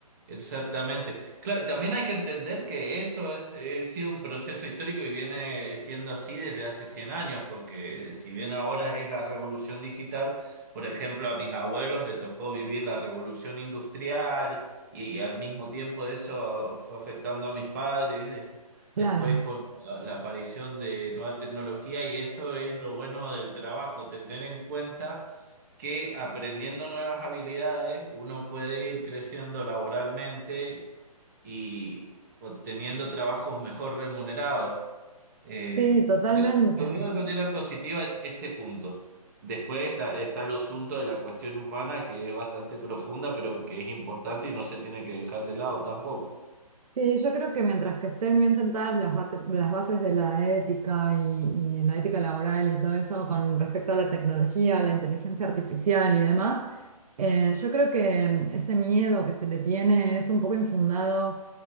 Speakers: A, on the right; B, on the right.
A: Exactamente. Claro, también hay que entender que eso ha sido un proceso histórico y viene siendo así desde hace 100 años, porque si bien ahora es la revolución digital, por ejemplo, a mis abuelos le tocó vivir la revolución industrial y, al mismo tiempo eso fue afectando a mis padres, de-
B: Claro,
A: después con la, la aparición de nueva tecnología y eso es lo bueno del trabajo, tener en cuenta que aprendiendo nuevas habilidades uno puede ir creciendo laboralmente y obteniendo trabajos mejor remunerados. Eh,
B: sí, totalmente.
A: yo lo veo de manera positiva es ese punto. Después está, está el asunto de la cuestión humana, que es bastante profunda, pero que es importante y no se tiene que dejar de lado tampoco.
B: Sí, yo creo que mientras que estén bien sentadas las, bate- las bases de la ética y, y la ética laboral y todo eso con respecto a la tecnología, la inteligencia artificial y demás, eh, yo creo que este miedo que se le tiene es un poco infundado